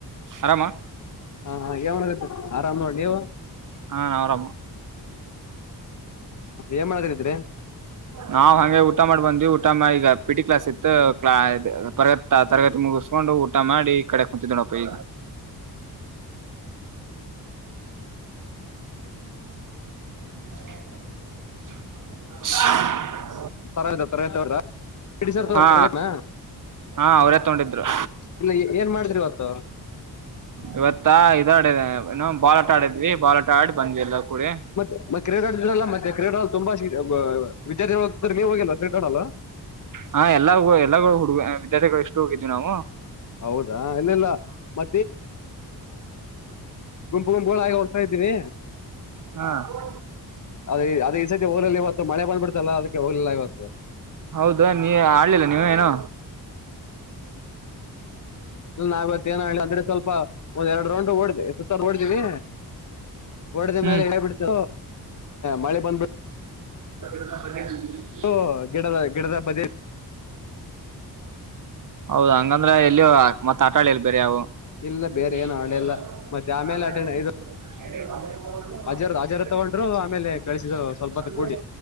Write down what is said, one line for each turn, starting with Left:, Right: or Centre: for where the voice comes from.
Right: ಆರಾಮ
Left: ಹ ಏನ್ ಮಾಡಕತ್ತಿ ಆರಾಮ್ ನೋಡ್ ನೀವು
Right: ಹಾ ನೌರಾಮ
Left: ಏನ್ ಮಾಡಕತ್ತಿದ್ರಿ
Right: ನಾವ್ ಹಗೆ ಊಟ ಮಾಡಿ ಬಂದೀವಿ ಊಟ ಮಾಡಗ ಪಿ ಟಿ ಕ್ಲಾಸ್ ಇತ್ತು ಕ್ಲಾ ತರಗ ತರಗತಿ ಮುಗಿಸ್ಕೊಂಡು ಊಟ ಮಾಡಿ ಕಡೆ ಕುತಿ ದನ ಪಗ <inaudible>
Left: ತರತ ತರತ್ರರ್ ತ
Right: ಹಾ
Left: ತರೇತನ
Right: ಹಾ ಅವ್ರೇ ತಗೊಂಡಿದ್ರು
Left: ಇಲ್ಲ ಏನ್ ಮಾಡಿದಿವತ್ತು
Right: ಇವತ್ತಾ ಇದಾಡ ಏನ ಬಾಲ್ಟ ಆಡಿದ್ವಿ ಬಾಲ್ಟ ಆಡಿ ಬಂದಿಲ್ಲ ಕೂಡ
Left: ಮತ್ತೆ ಮ ಕ್ರೀಡಿದ್ರಲ್ಲ ಮತ್ತೆ ಕ್ರೀಡ ಅಲ್ ತುಂಬಾ ವಿದಾರ್ಥಿಗಳು ಹೋಗ್ತಾರೆ ನೀವು ಹೋಗಲ್ಲ ಕ್ರೀಡಾಡ ಅಲ್ಲ
Right: ಹಾ ಎಲ್ಲಾ ಎಲ್ಲ ಹುಡುಗ ವಿದ್ಯಾರ್ಥಿಗಳು ಎಷ್ಟು ಹೋಗಿದ್ವಿ ನಾವು
Left: ಹೌದಾ ಇಲ್ಲೆಲ್ಲ ಮೆ ಗುಂಪು ಗುಂಪುಗಳಾಗಿ ಹೋಗ್ತಾ ಇದ್ದೀವಿ
Right: ಹ್ಮ <unintelligible>
Left: ಅದ ಅದ ಈ ಸತಿ ಊರಲ್ಲಿ ಇವತ್ತು ಮಳೆ ಬಂದಬಿಡ್ತಲ್ಲ ಅದಕ್ಕೆ ರೆಲ್ಲ ಇವತ್ತು
Right: ಹೌದ ನೀ ಆಡ್ಲಿಲ್ಲ ನೀವ ಏನು
Left: ಇಲ್ಲ ನಾವತ್ತ ಏನ ಹೇಳ ಅಂದ್ರೆ ಸ್ವಲ್ಪ ಒಂದ್ ಎರಡ್ ರೌಂಡ್ ಓಡ್ದ ಸುತ್ತ ಓಡ್ದೀವಿ ಒಡೆದ
Right: ಹ್ಮ್
Left: ಮೇಲೆ ಎಬಿಡ್ತ ಮಳೆ ಬಂದ್ಬ
Right: <unintelligible>
Left: ಹಓ ಗಿಡದ ಗಿಡದ ಮ
Right: ಹೌದ ಹಂಗಂದ್ರೆ ಎಲ್ಲಿಯ ಮತ್ತ ಆಟಾಳಿಲ್ ಬೇರೆ ಯಾವವು
Left: ಇಲ್ಲ
Right: <unintelligible>
Left: ಬೇರೆ ಏನು ಹಳೆಲ್ಲ ಮತ್ತೆ ಆಮೇಲೆ ಅಟೆಂಡ್ ಇದು ಅಜರ್ ಅಜರ ತಗೊಂಡ್ರು ಆಮೇಲೆ ಕಳಿಸಿದ್ರು ಸ್ವಲ್ಪ ಹೊತ್ತು ಕೂಡಿ